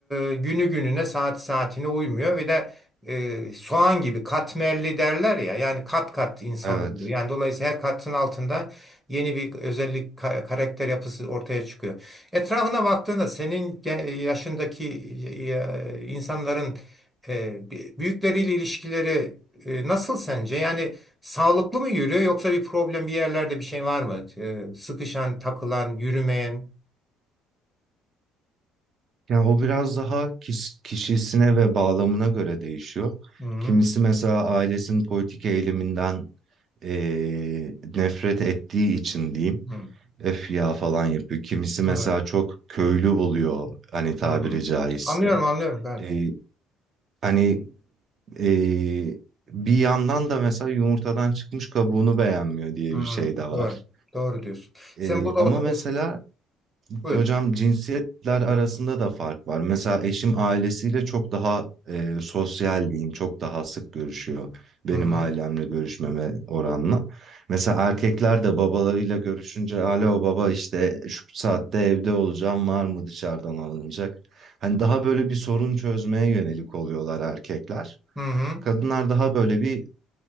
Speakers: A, in the centre; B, on the right (about 40°).
A: e, günü gününe saat saatine uymuyor ve de e, soğan gibi katmerli derler ya yani kat kat insan
B: Evet.
A: oluyor. Yani dolayısıyla her katın altında yeni bir özellik ka- karakter yapısı ortaya çıkıyor. Etrafına baktığında senin ge- yaşındaki e, insanların e, bi- büyükleriyle ilişkileri e, nasıl sence? Yani sağlıklı mı yürüyor yoksa bir problem bir yerlerde bir şey var mı? E, sıkışan, takılan, yürümeyen
B: Yani o biraz daha kis- kişisine ve bağlamına göre değişiyor.
A: Hı hı.
B: Kimisi mesela ailesinin politik eğiliminden eee, nefret ettiği için diyeyim,
A: Hı.
B: öf ya falan yapıyor. Kimisi mesela
A: Anladım.
B: çok köylü buluyor hani tabiri
A: Hı.
B: caizse.
A: Anlıyorum anlıyorum gayet.
B: Eee, hani eee, bir yandan da mesela yumurtadan çıkmış kabuğunu beğenmiyor diye
A: Hı.
B: bir şey de var.
A: Doğru. Doğru diyorsun.
B: Eee,
A: Sen bu da
B: ama
A: o,
B: mesela
A: o- buyur.
B: Hocam cinsiyetler arasında da fark var. Mesela eşim ailesiyle çok daha e, sosyal diyeyim, çok daha sık görüşüyor benim
A: Hı hı.
B: ailemle görüşmeme oranla. Mesela erkekler de babalarıyla görüşünce alo baba işte şu saatte evde olacağım var mı dışarıdan alınacak? Hani daha böyle bir sorun çözmeye yönelik oluyorlar erkekler.
A: Hı hı.
B: Kadınlar daha böyle bir